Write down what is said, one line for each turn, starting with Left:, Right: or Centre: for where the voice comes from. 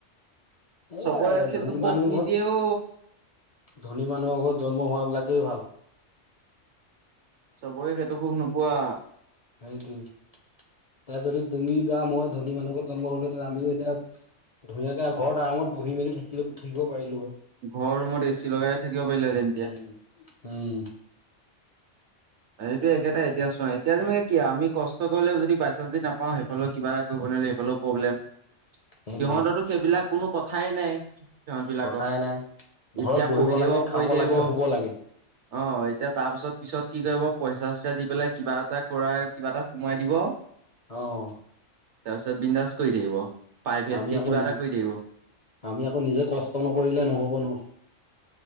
Left: এয়াই
Right: চবৰে সেইটো
Left: ধনী
Right: সুখ
Left: মানুহখন
Right: নিদিয়ে অ
Left: ধনী মানুহৰ ঘৰত জন্ম হোৱা বিলাকেই ভাল
Right: চবৰে সেইটো সুখ নোপোৱা
Left: সেইটোৱেই এ যদি তুমি বা মই ধনী মানুহ ঘত জন্ম হলো হেতেন আমিও এতিয়া ধুনীয়াকে ঘৰত আৰামত বহি মেলি থাকিলে থাকিব পাৰিলো হয়
Right: ঘৰ ৰুমত এচি লগাই থাকিব পাৰিলি হেঁতেন এতিয়া
Left: উম, উম,
Right: সেইটো একেটাই এতিয়া চোৱা এতিয়া তুমি আমি কষ্ট কৰিলেও যদি বাই চান্স দি নাপাওঁ সেইফালে কিবা এটা কৰিব নোৱাৰিলে এইফালেও প্ৰব্লেম
Left: সেইটোৱে
Right: সিহঁতেতো সেইবিলাক কোনো কথাই নাই সিহঁত বিলাক
Left: কথাই নাই। ঘৰত
Right: এতিয়া
Left: বহিব
Right: পঢ়ি থাকিব
Left: লাগে,
Right: পঢ়ি
Left: খাব
Right: থাকিব
Left: লাগে, শুব লাগে।
Right: অ এতিয়া তাৰ পিছত পিছত কি কৰিব পইচা চইচা দি পেলাই কিবা এটা কৰা কিবা এটা সোমাই দিব
Left: অ
Right: তাৰপিছত বিন্দাছ কৰি থাকিব প্ৰাইভেতকে
Left: আমি আকৌ
Right: কিবা
Left: নি
Right: এটা কৰি থাকিব
Left: আমি আকৌ নিজে কষ্ট নকৰিলে নহ'ব ন